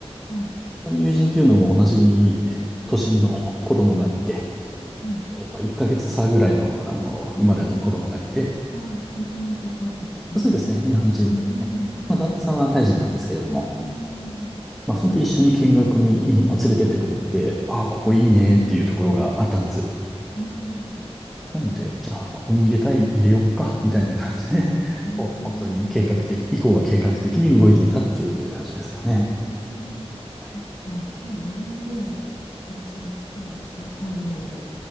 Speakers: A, on the left; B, in the centre.
A: はい。
B: あの友人っていうのも同じ年の子供がいて、
A: はい。
B: えーまあ、1ヶ月差ぐらいの、あの、生まれの子供がいて、
A: あ、日本の方ですか
B: そうですね、日本人で。
A: あ、うん、はい。
B: まあ、旦那さんはタイ人なんですけれども、
A: うん、
B: まあ、それで一緒に見学に、まあ、連れてってくれて、ああ、ここいいねっていうところがあったんです。
A: はい。うん、
B: なので、じゃあ、ここに入れたい、入れよっか、みたいな感じで、
A: ええ、
B: もう本当に計画的、
A: う
B: 以降は計画的に動いていたっていう感じですかね。
A: ん。
B: はい
A: えっと、じゃあ、計何年ぐらい暮らされてたんですかタイの方で。